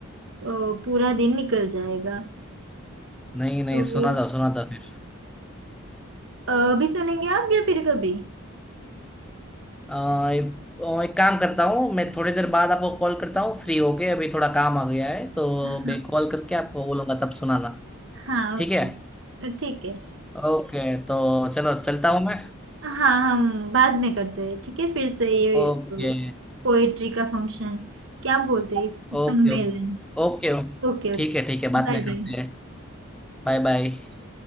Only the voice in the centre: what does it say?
नहीं नहीं
सुना था सुना था फिर
अ, और एक काम करता हूँ मैं थोड़ी देर बाद आपको कॉल करता हूँ फ्री होके अभी थोड़ा काम आ गया है तो
मैं कॉल करके आपको बोलूंगा तब सुनाना
ठीक
है
ओके तो चलो चलता हूँ मैं
Okay
okay
okay okay
ठीक
है ठीक है बाद
में करते
हैं Bye bye